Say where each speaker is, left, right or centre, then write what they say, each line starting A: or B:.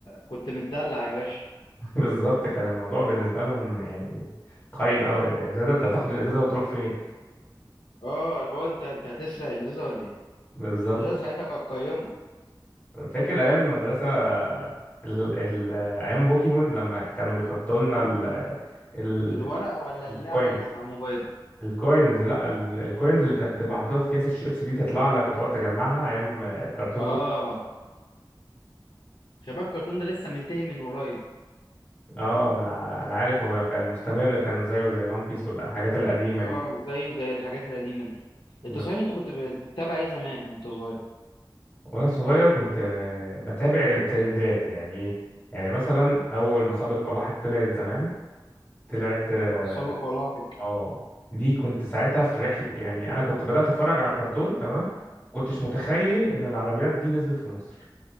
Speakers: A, on the left (about 80°); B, on the left (about 25°).
A: كنت متدلع يا باشا
B: <laughs> بالظبط كان الموضوع بالنسبة لهم يعني قايم أوي إزازة أنت هتاخد الإزازة وتروح فين
A: اه لو انت انت هتسرق الازازه ولا ايه
B: بالظبط
A: الازازه ساعتها كانت قيمه
B: فاكر أيام المدرسة ال... ال... أيام بوكيمون لما كانوا بيحطوا لنا ال... ال...
A: الورق ولا
B: الكوينز
A: اللعبه اللي كانت على الموبايل
B: الكوينز لا ال- الكوينز اللي كانت بتبقى محطوطة في أكياس الشيبس دي تطلع لك وتقعد تجمعها أيام كرتون
A: اه خلي بالك الكرتون ده لسه منتهي من قريب
B: اه ما انا ع- انا عارف هو أنا كان مستمر كان زيه زي وان بيس والحاجات القديمه
A: اه
B: دي
A: زي زي الحاجات القديمه دي انت
B: ب-
A: صحيح انت كنت بت- بتتابع ايه زمان وانت صغير
B: وانا صغير كنت آه، بتابع الترندات يعني ايه يعني مثلا اول ما سابق ولاحق طلعت زمان طلعت اه
A: آه، سابق ولاحق
B: آه، دي كنت ساعتها في رحله يعني انا كنت بدات اتفرج على الكرتون تمام كنتش متخيل ان العربيات دي نزلت في مصر